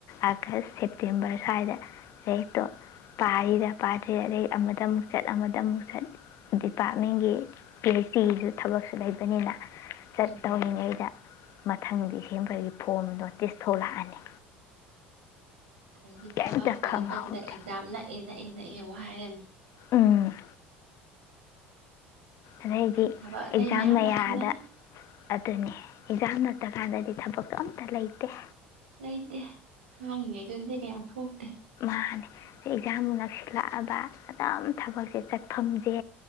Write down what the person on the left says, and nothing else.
ꯑꯥꯒꯁ ꯁꯦꯞꯇꯦꯝꯕꯔ ꯁ꯭ꯋꯥꯏꯗ ꯂꯩꯔꯤꯛꯇꯣ ꯄꯥꯔꯤꯔ ꯄꯥꯗ꯭ꯔꯤꯔ ꯑꯗꯩ ꯑꯃꯗ ꯑꯃꯨꯛ ꯆꯠ ꯑꯃꯗ ꯑꯃꯨꯛ ꯆꯠ ꯗꯤꯄꯥꯔꯠꯃꯦꯟꯒꯤ ꯄꯤ ꯑꯩꯆ ꯗꯤꯒꯤꯁꯨ ꯊꯕꯛꯁꯨ ꯂꯩꯕꯅꯤꯅ ꯆꯠ
ꯇꯧ ꯑꯩꯗ ꯃꯊꯪꯗꯤ ꯁꯦꯝꯕꯒꯤ ꯐꯣꯝ ꯅꯣꯇꯤꯁ ꯊꯣꯛꯂꯛꯑꯅꯤ
ꯀꯩꯝꯇ
ꯈꯪꯍꯧꯗꯦ
ꯎꯝ ꯑꯗꯩꯗꯤ
ꯑꯦꯛꯖꯥꯝ
ꯃꯌꯥꯗ
ꯑꯗꯨꯅꯤ ꯑꯦꯛꯖꯥꯝ ꯅꯠꯇ ꯍꯥꯟꯗꯗꯤ ꯊꯕꯛꯇ ꯑꯝꯇ ꯂꯩꯇꯦ
ꯃꯥꯅꯦ ꯑꯦꯛꯖꯥꯝꯕꯨ ꯅꯛꯁꯤꯜꯂꯛꯑꯕ ꯑꯗꯨꯝ ꯊꯕꯛꯁꯦ ꯆꯠꯐꯝꯁꯦ